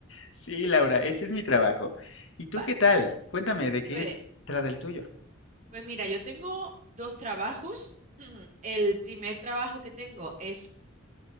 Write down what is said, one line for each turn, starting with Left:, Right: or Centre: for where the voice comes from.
Left: Sí, Laura, ese es mi trabajo. ¿Y
Right: <laughs>
Left: tú
Right: Vale,
Left: qué tal? Cuéntame de qué
Right: pues,
Left: trata el tuyo.
Right: pues mira, yo tengo dos trabajos. <clears throat> El primer trabajo que tengo es,